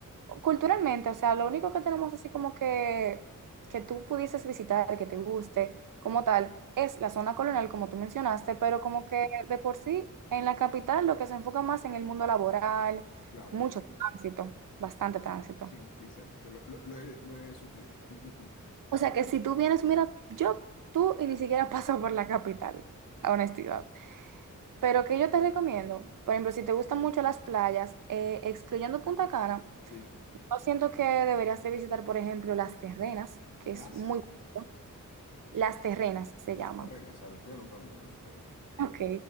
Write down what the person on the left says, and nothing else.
claro,
claro.
Sí, sí, sé, sé, lo, lo- lo he, lo he sufrido. <laughs>
Sí.
Las,
las
terrenas, ah, lo estoy anotando, ¿no? Las terrenas.